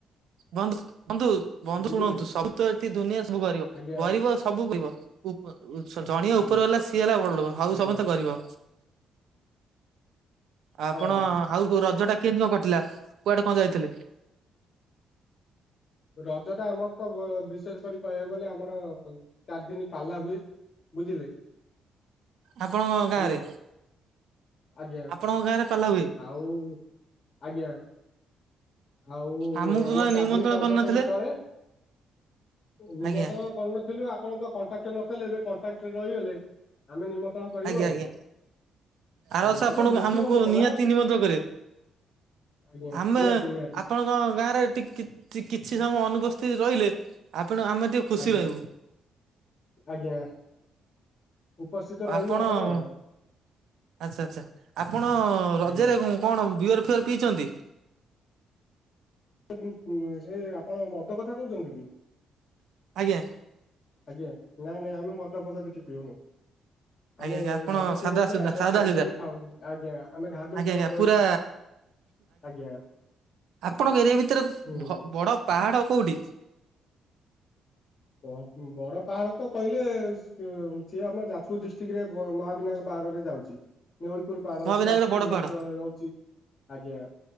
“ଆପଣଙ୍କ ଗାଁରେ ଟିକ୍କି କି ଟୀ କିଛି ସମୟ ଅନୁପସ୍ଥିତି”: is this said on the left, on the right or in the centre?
Right